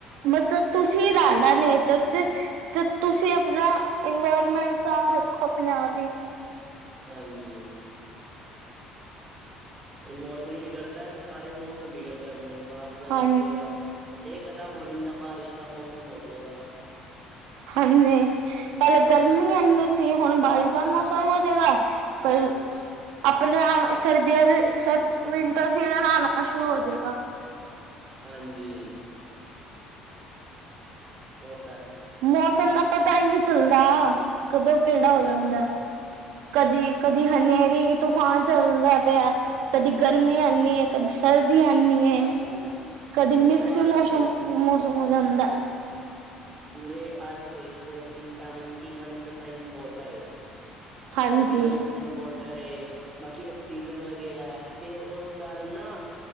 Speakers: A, on the right; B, on the right.
A: ਮਤਲਬ ਤੁਸੀਂ ਰਹਿਣਾ ਨੇਚਰ ਚ ਤੇ ਤੁਸੀਂ ਆਪਣਾ ਇਨਵਾਇਰਮੈਂਟ। ਸਾਫ਼ ਰੱਖੋ ਆਪਣੇ ਆਪ ਹੀ।
B: ਹਾਂਜੀ। ਇਨਵਾਇਰਮੈਂਟ ਵਿਗੜਦਾ ਫੇਰ ਸਾਰੇ ਮੌਸਮ ਵਿਗੜ ਜਾਂਦੇ ਨੇ। ਬਾਦਲ
A: ਹਾਂ
B: ਵਗੈਰਾ ਏਕ ਦਮ ਹੋਨ ਇੰਦਾ ਬਾਰਿਸ਼ ਦਾ ਮੌਸਮ ਹੋਜਏਗਾ।
A: ਹਾਂਜੀ ਕਲ ਗਰਮੀ ਇੰਨੀ ਸੀ ਹੁਣ ਬਾਰਿਸ਼ ਦਾ ਮੌਸਮ ਹੋ ਜੇਗਾ। ਫਿਰ ਆਪਣੇ ਆ ਸਰਦੀਆਂ ਦੇ ਸਰ ਵਿੰਟਰ ਸੀਜਨ ਆਣਾ ਸ਼ੁਰੂ ਹੋ ਜਾਏਗਾ। <unintelligible>
B: ਹਾਂਜੀ। ਅ <unintelligible>
A: ਮੌਸਮ ਦਾ ਪਤਾ ਹੀ ਨਹੀਂ ਚੱਲਦਾ ਕਦੋਂ ਕਿਹੜਾ ਹੋ
B: ਹਾਂ
A: ਜਾਂਦਾ। ਕਦੀ ਕਦੀ ਹਨੇਰੀ ਤੂਫਾਨ ਚੱਲਦਾ ਪਿਆ ਕਦੀ ਗਰਮੀ ਇਨੀ ਹੈ ਕਦੀ ਸਰ। ਐਨੀ ਏ
B: ਹਾਂਜੀ ਹੁਣ
A: ਕਦੇ
B: ਪੂਰੇ
A: ਮਿਕਸ
B: ਅਰਥ
A: ਮੌਸ਼ਮ ਮੌਸਮ ਹੋ ਜਾਂਦਾ।
B: ਪੂਰੇ ਅਰਥ ਵਿੱਚ ਵੀ ਸੈਵਨਟੀ ਵਨ ਪਰਸੈਂਟ ਵੋਟਰ ਏ
A: ਹਾਂਜੀ।
B: ਸੈਵਂਟੀ ਵਨ ਪਰਸੈਂਟ ਵੋਟਰ ਏ। ਬਾਕੀ ਆਕਸੀਜਨ ਵਗੈਰਾ ਹੈ ਤੇ ਉਸ ਕਾਰਨ ਨਾ।